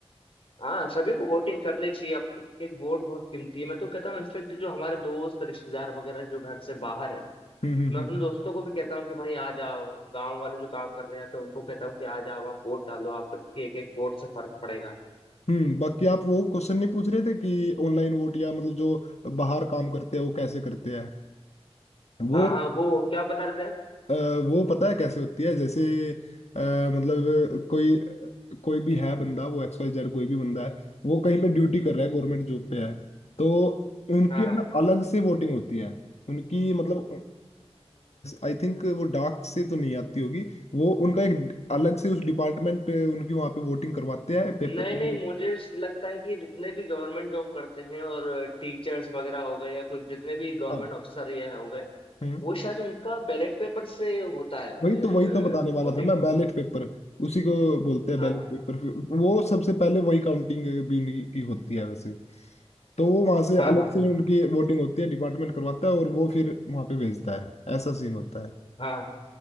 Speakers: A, on the left (about 60°); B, on the left (about 85°).
A: हाँ सभी को वोटिंग करनी चाहिए अब तो एक वोट बहुत कीमती है मैं तो कहता हूँ इनफेक्ट जो हमारे दोस्त रिश्तेदार वगैरह जो घर से बाहर है
B: हम्म हम्म
A: मैं अपने
B: हम्म
A: दोस्तों को भी कहता हूँ कि भाई आ जाओ गांव वाले जो काम कर रहे हैं तो उनको कहता हूँ कि आ जाओ आप वोट डालो आपके एक एक वोट से फर्क पड़ेगा
B: हम्म, बाकी आप वो क्वेश्चन नहीं पूछ रहे थे कि ऑनलाइन वोट या मतलब जो बाहर काम करते हैं वो कैसे करते हैं वो
A: हाँ हाँ वो क्या बता रहे थे आप?
B: अ, वो पता है कैसे होती है जैसे अ, मतलब कोई कोई भी है बंदा वो एक्स वाई जेड कोई भी बंदा है वो कहीं पे ड्यूटी कर रहा है गवर्नमेंट जॉब पे है तो उनकी
A: हाँ
B: है
A: हाँ
B: ना अलग से वोटिंग होती है उनकी मतलब आई थिंक वो डाक से तो नहीं आती होगी वो उनका एक अलग से उस डिपार्टमेंट उनकी वहां पे वोटिंग करवाते हैं पेपर
A: नहीं
B: की
A: नहीं मुझे लगता है कि जितने भी गवर्नमेंट जॉब करते हैं और टीचर्स वगैरह हो गए या कुछ जितने भी गवर्नमेंट
B: हाँ
A: अफसर ये हो गए
B: हम्म
A: वो शायद उनका बैलेट पेपर से होता है
B: वही तो वही तो बताने वाला
A: वोटिंग
B: था मैं बैलेट पेपर उसी को बोलते हैं
A: हाँ
B: बैलेट
A: हाँ
B: पेपर फिर वो सबसे पहले वही काउंटिंग भी उन्हीं की होती है वैसे तो वो वहां से
A: हाँ
B: अलग
A: हाँ
B: से उनकी वोटिंग होती है डिपार्टमेंट करवाता है और वो फिर वहां पे भेजता है ऐसा सीन होता है
A: हाँ